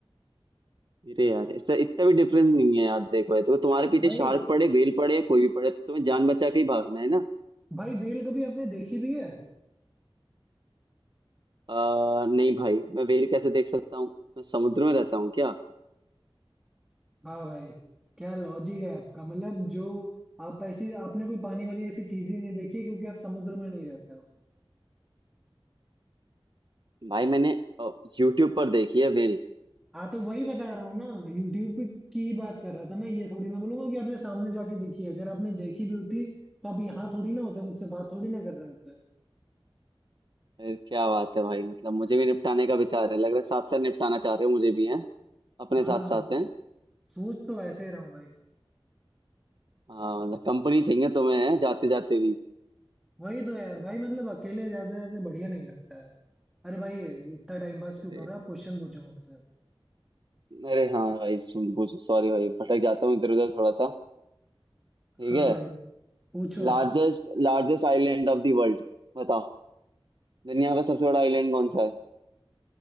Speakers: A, on the right (about 50°); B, in the centre.
A: अरे यार इससे इतना भी डिफरेंस नहीं है यार देखो ये तो तुम्हारे पीछे
B: भाई
A: शार्क पड़े बेल पड़े या कोई भी पड़े तो तुम्हें जान बचा के ही भागना है ना
B: भाई व्हेल कभी आपने देखी भी है
A: आ, नहीं भाई मैं वेल कैसे देख सकता हूँ मैं समुद्र में रहता हूँ क्या
B: वाह भाई क्या लॉजिक है आपका मतलब जो आप ऐसी आपने कोई पानी वाली ऐसी चीज ही नहीं देखी है, क्योंकि आप समुद्र में नहीं रहते हो
A: भाई मैंने यूट्यूब पर देखी है वेल
B: हाँ तो वही बता रहा हूँ ना यूट्यूब पे की बात कर रहा था मैं ये थोड़ी ना बोलूंगा कि आपने सामने जाके देखी है अगर आपने देखी भी होती तो आप यहाँ थोड़ी ना होते मुझसे बात थोड़ी ना कर रहे होते
A: अरे क्या बात है भाई मतलब मुझे भी निपटाने का विचार है लग रहा है साथ साथ निपटाना चाह रहे हो मुझे भी है अपने
B: हाँ
A: साथ साथ हैं
B: सोच तो ऐसे ही रहा हूँ भाई
A: हाँ मतलब कंपनी चाहिए तुम्हें है जाते जाते भी
B: वही तो यार भाई मतलब अकेले जाते जाते बढ़िया नहीं लगता है अरे भाई इतना टाइम पास
A: अरे
B: क्यों कर रहा आप क्वेश्चन पूछो मुझसे
A: अरे हाँ भाई सुन पूछ सॉरी भाई भटक जाता हूँ इधर उधर थोड़ा सा ठीक
B: हाँ
A: है
B: भाई पूछो आप
A: Largest largest island of the world बताओ दुनिया का सबसे बड़ा आइलैंड कौन सा है